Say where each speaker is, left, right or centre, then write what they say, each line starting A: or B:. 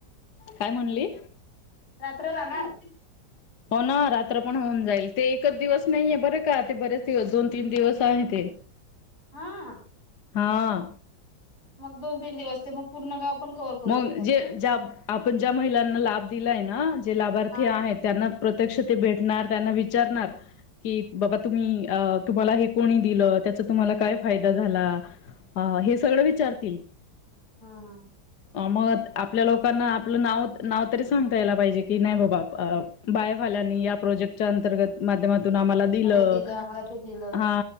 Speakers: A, on the left (about 60°); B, on the left (about 80°).
A: काय म्हणली?
B: रात्र भाणार?
A: हो ना रात्र पण होऊन जाईल, ते एकच दिवस नाहीये बरं का ते बरेच. दोन तीन दिवस आहे ते.
B: हा.
A: हां.
B: मग दोन तीन दिवस ते मग पूर्ण गाव. पण कव्हर करू
A: मग
B: शकतात.
A: ज आपण ज्या महिलांना लाभ दिलाय ना. जे लाभार्थी
B: हा
A: आहेत, त्यांना प्रत्यक्ष ते भेटणार. त्यांना विचारणार, की बाबा तुम्ही तुम्हाला हे कोणी? दिलं त्याचा तुम्हाला काय फायदा झाला? हे सगळ विचारतील.
B: हा हा.
A: मग आपल्या लोकांना आपलं नाव नाव तरी सांगता यायला पाहिजे की नाही बाबा. बायवाल्यांनी या प्रोजेक्ट च्या अंतर्गत माध्यमात. माध्यमातून आम्हाला दिलं,
B: मला हे आम्हाला ते दिलं
A: हा